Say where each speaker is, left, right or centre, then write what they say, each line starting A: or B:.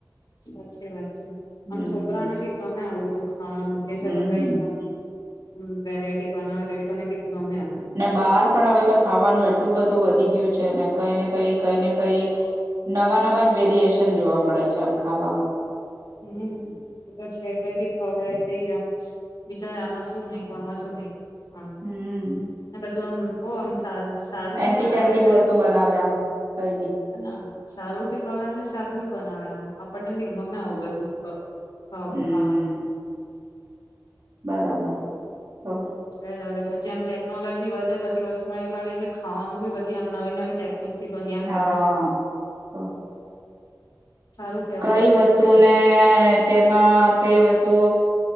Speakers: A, on the left (about 75°); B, on the right (about 65°).
A: સાચી વાત તો
B: હમ
A: આમ છોકરાઓને બી ગમે આવું બધું ખાવાનું કે ચલો
B: હમ
A: કંઈ નહીં મમ્મી હમ વેરાયટી બનાવે તો એ લોકોને બી ગમે આમ
B: ને બહાર પણ હવે તો ખાવાનું એટલું બધું વધ ધી ગયું છે ને કંઈને કંઈ કંઈને કંઈ નવા નવા જ વેરિએશન જોવા મળે છે આમ ખાવામાં
A: હમ એ તો છે કઈ બી ખવડાય તે આમ વિચાર આમાં શું નાખ્યું આમાં શું નાખ્યું. આમ
B: હમ
A: ને બધું આમ બહુ આમ સારું ભી
B: એન્ટિક
A: બનાવે
B: એન્ટિક
A: ભાઈ
B: વસ્તુ બનાવે આમ કઈ બી
A: અને આમ સારું ભી ખવડાવેને સારું ભી બનાવે આમ આપણને બી ગમે આવું બધ પ ખાવો
B: હમ
A: ખાવાનું
B: બરાબર તો
A: છે છે તો જેમ ટેકનોલોજી વધે બધી વસ્તુમાં એવું લાગે કે ખાવાનું બી બધી આમ નવી નવીટે ચથી બન્યા
B: હા
A: ઘ હ
B: તો
A: <inaudible> સારું કેવાય
B: કઈ
A: છે
B: વસ્તુને
A: બધું
B: કેમાં કઈ વસ્તુ